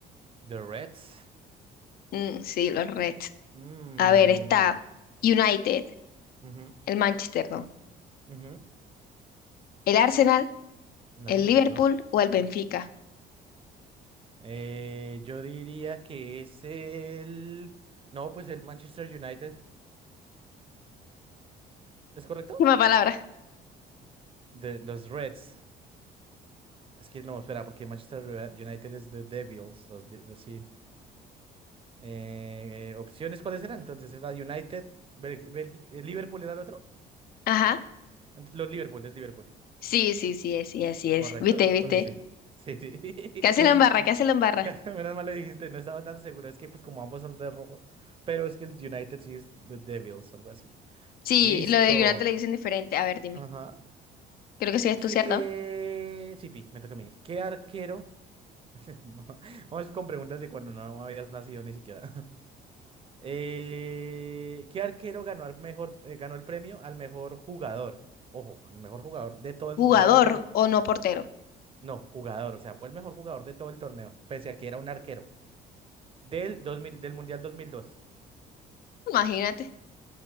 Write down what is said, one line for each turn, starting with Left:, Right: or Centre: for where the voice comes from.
Right: The Reds.
Left: Mm, sí, los Reds.
Right: Mm,
Left: A ver, está United,
Right: ujú,
Left: el Manchester, ¿no?
Right: ujú.
Left: El Arsenal,
Right: No,
Left: el Liverpool
Right: ellos no.
Left: o el Benfica.
Right: Eh, yo diría que es el... No, pues el Manchester United. ¿Es correcto?
Left: Última palabra.
Right: De los Reds. Es que no, espera, porque Manchester United es The Devils, los, de- los sí. Eh, eh, opciones, ¿cuáles eran? Entonces, es la United, Bélgi- Bélgica, eh, Liverpool era el otro.
Left: Ajá.
Right: Ent- Los Liverpool, es Liverpool.
Left: Sí, sí, sí, es, sí, así es.
Right: ¿Correcto?
Left: ¿Viste, viste?
Right: Uy, sí. Sí, sí.
Left: ¿Qué hace
Right: <laughs>
Left: la embarra? ¿Qué hace la embarra?
Right: Menos mal lo dijiste, no estaba tan seguro. Es que, pues, como ambos son de rojos. Pero es que el United sí es The Devils, algo así.
Left: Sí,
Right: Listo.
Left: lo de United le dicen diferente. A ver, dime.
Right: Ajá.
Left: Creo que sí es
Right: ¿Qué.
Left: tú, ¿cierto?
Right: Sí, Pi, me toca a mí. ¿Qué arquero? <laughs> No, Vamos con preguntas de cuando no habías nacido ni siquiera. Eh, ¿qué arquero ganó al mejor, eh, ganó el premio al mejor jugador? Ojo, al mejor jugador de todo el
Left: Jugador
Right: mundial del...
Left: o no portero.
Right: No, jugador, o sea, fue el mejor jugador de todo el torneo, pese a que era un arquero del 2000 del mundial 2002.
Left: Imagínate.